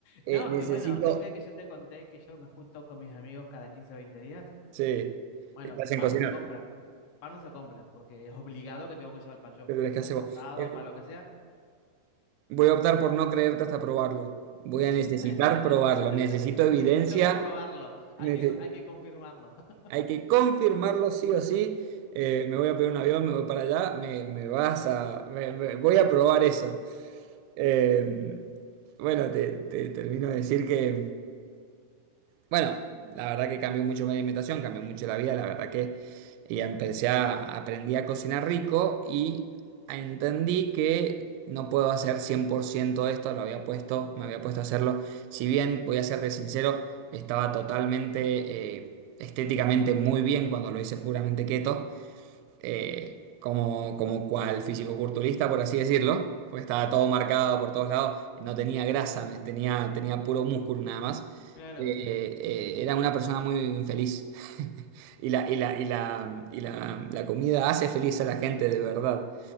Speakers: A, on the right; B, on the left.
A: Eh,
B: no,
A: necesito.
B: y bueno, viste que yo te conté que yo me junto con mis amigos cada 15 o 20 días.
A: Sí.
B: Bueno,
A: ¿Qué te hacen
B: pan
A: cocinar?
B: no se compra. Pan no se compra porque es obligado que tengo que llevar pan yo.
A: ¿Qué
B: O
A: tenés que
B: sea,
A: hacer
B: sea
A: vos?
B: asado,
A: Eh,
B: para lo que sea.
A: voy a optar por no creerte hasta probarlo. Voy a
B: <laughs>
A: necesitar probarlo. Necesito
B: Necesito
A: evidencia.
B: comprobarlo. Hay
A: Nece-
B: que, hay que confirmarlo. <laughs>
A: Hay que confirmarlo sí o sí. Eh, me voy a pedir un avión, me voy para allá. Me, me vas a. me- me- voy a probar eso. Eh, bueno, te, te termino de decir que, bueno, la verdad que cambió mucho mi alimentación, cambió mucho la vida, la verdad que ya empecé a, aprendí a cocinar rico y entendí que no puedo hacer 100% esto, lo había puesto, me había puesto a hacerlo, si bien, voy a serte sincero, estaba totalmente eh, estéticamente muy bien cuando lo hice puramente keto, eh, como, como cual fisicoculturista, por así decirlo, pues estaba todo marcado por todos lados, no tenía grasa, tenía, tenía puro músculo nada más.
B: Claro.
A: Eh, eh, era una persona muy infeliz <laughs> y la, y la, y la, y la, la comida hace feliz a la gente de verdad.